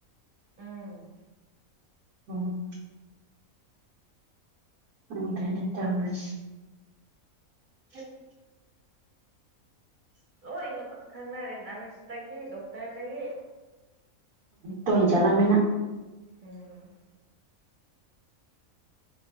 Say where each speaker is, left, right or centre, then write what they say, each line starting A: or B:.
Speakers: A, on the right; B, on the right.
A: ꯎꯝ
B: ꯑꯣ ꯈꯪꯗꯦꯅꯦ ꯇꯧꯔꯤꯖꯦ <unintelligible>
A: ꯂꯣꯏꯅ ꯈꯪꯅꯔꯦ ꯅꯔꯁꯇꯒꯤ ꯗꯣꯛꯇꯔꯗꯒꯤ
B: ꯇꯣꯏꯅꯥ ꯆꯠꯂꯥꯃꯤꯅꯥ
A: ꯎꯝ